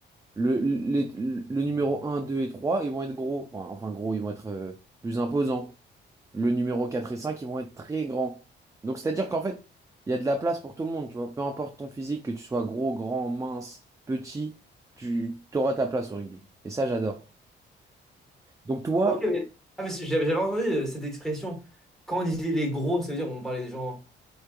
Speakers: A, on the right; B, in the centre.
A: Le, les- le numéro un 2 et 3 ils vont être gros. Enfin, enfin, gros, ils vont être euh, plus imposants. Le numéro 4 et 5 ils vont être très grands. Donc, c'est-à-dire qu'en fait, il y a de la place pour tout le monde, tu vois. Peu importe ton physique, que tu sois gros, grand, mince, petit, tu auras ta place au rugby. Et ça, j'adore. Donc, toi,
B: Ah, ok, mais... Ah, mais si, j'avais j'avais entendu euh, cette expression. Quand on disait les gros, ça veut dire on parlait des gens...